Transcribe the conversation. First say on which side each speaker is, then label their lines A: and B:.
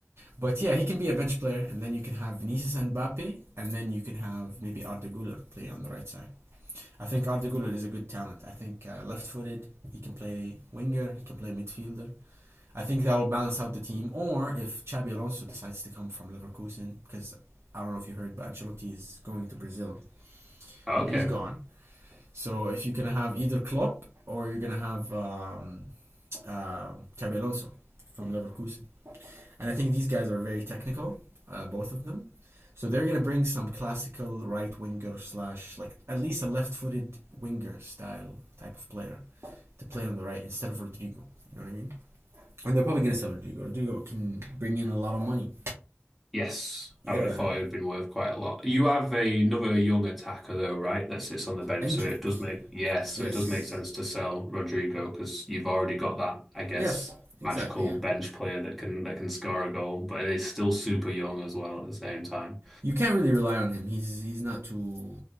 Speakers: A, on the right; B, in the centre.
A: But yeah, he can be a bench player, and then you can have Vinicius and Mbappe, and then you can have maybe Arda Güler play on the right side. I think Arda Güler is a good talent. I think uh, left-footed. He can play winger. He can play midfielder. I think that will balance out the team. Or if Xabi Alonso decides to come from Leverkusen, because I don't know if you heard, but Ancelotti is going to Brazil,
B: okay.
A: so he's gone. So if you're gonna have either Klopp or you're gonna have um, uh, Xabi Alonso from Leverkusen, and I think these guys are very technical, uh, both of them. So they're gonna bring some classical right winger slash like at least a left-footed winger style type of player to play on the right instead of Rodrigo. You know what I mean? And they're probably gonna sell Rodrigo. Rodrigo can bring in a lot of money.
B: Yes,
A: Yeah,
B: I would have thought it would have been worth quite a lot. You have another young attacker though, right? That sits on the bench,
A: Endrick.
B: so it does make yes, so
A: Yes.
B: it does make sense to sell Rodrigo because you've already got that, I guess,
A: Yes. Exactly.
B: magical
A: Yeah.
B: bench player that can that can score a goal, but it is still super young as well at the same time.
A: you can't really rely on him. He's he's not too.